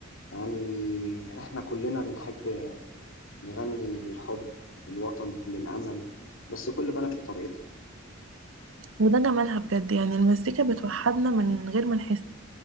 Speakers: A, on the left; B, on the right.
A: يعني إحنا كلنا بنحب نغني للحب للوطن للأمل بس كل بلد بطريقتها
B: وده جمالها بجد يعني المزيكا بتوحدنا من غير ما نحس